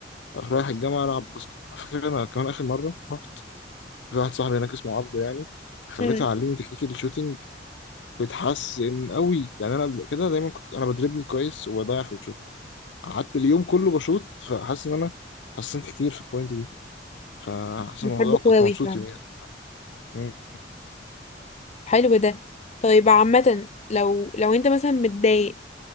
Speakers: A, on the left; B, on the left.
A: اروح رايح الجامعه العب باسكت على فكره انا كمان اخر مره رحت في واحد صاحبي هناك اسمه عبده يعني خليته
B: امم
A: يعلمني تكنيك الشوتينج بيتحسن قوي يعني انا قبل كده دايما كنت انا بدربني كويس وبضيع في الشوتينج قعدت اليوم كله بشوط فحاسس ان انا اتحسنت كتير في البوينت دي فحاسس
B: بحب
A: الموضوع
B: كواوي
A: كنت مبسوط
B: فعلا
A: يوميا مم.
B: حلو ده طيب عامة لو لو انت مثلا متضايق